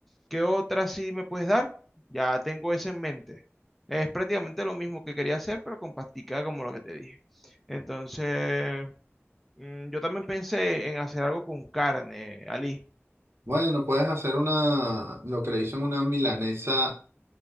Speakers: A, in the centre; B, on the right (about 65°).
A: ¿Qué otra sí me puedes dar? Ya tengo esa en mente. Es prácticamente lo mismo que quería hacer, pero con pastica como lo que te dije. Entonces, mm, yo también pensé en hacer algo con carne, Ali.
B: Bueno, puedes hacer una, lo que le dicen una milanesa